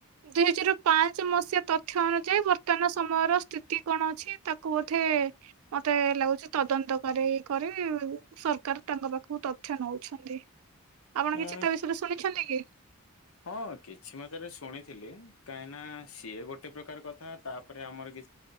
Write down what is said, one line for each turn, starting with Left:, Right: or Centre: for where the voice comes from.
Right: ଦୁଇ ହଜାର ପାଞ୍ଚ ମସିହା ତଥ୍ୟ ଅନୁଯାୟୀ ବର୍ତ୍ତମାନ ସମୟର ସ୍ଥିତି କଣ ଅଛି ତାକୁ ବୋଧେ ମତେ ଲାଗୁଛି ତଦନ୍ତ କରି କରି ସରକାର ତାଙ୍କ ପାଖକୁ ତଥ୍ୟ ନଉଛନ୍ତି। ଆପଣ କିଛି
Left: ହୁଁ
Right: ତା ବିଷୟରେ ଶୁଣିଛନ୍ତି କି?
Left: ହଁ କିଛି ମାତ୍ରାରେ ଶୁଣିଥିଲି କାହିଁକି ନା ସିଏ ଗୋଟେ ପ୍ରକାର କଥା ତାପରେ ଆମର